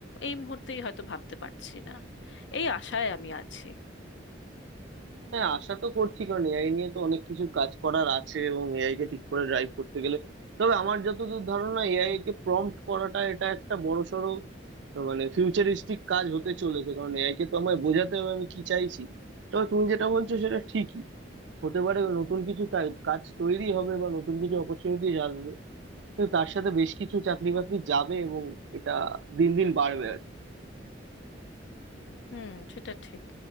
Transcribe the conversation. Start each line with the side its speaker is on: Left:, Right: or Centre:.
Left: এই মুহূর্তেই হয়তো ভাবতে পারছি না এই আশায় আমি আছি
Right: হ্যাঁ আশা তো করছি কারণ এআই নিয়ে তো অনেক কিছু কাজ করার আছে এবং এআই কে ঠিক করে ড্রাইভ করতে গেলে তবে আমার যতদূর ধারণা এআই কে প্রম্পট করাটা এটা একটা বড়সড় তো মানে ফিউচারিস্টিক কাজ হতে চলেছে কারণ এআই কে তো আমায় বোঝাতে হবে আমি কি চাইছি তবে তুমি যেটা বলছো সেটা ঠিকই হতে পারে নতুন কিছু তাই কাজ তৈরি হবে বা নতুন কিছু অপরচুনিটি আসবে কিন্তু তার সাথে বেশ কিছু চাকরি বাকরি যাবে এবং এটা দিন দিন বাড়বে
Left: হুম সেটা ঠিক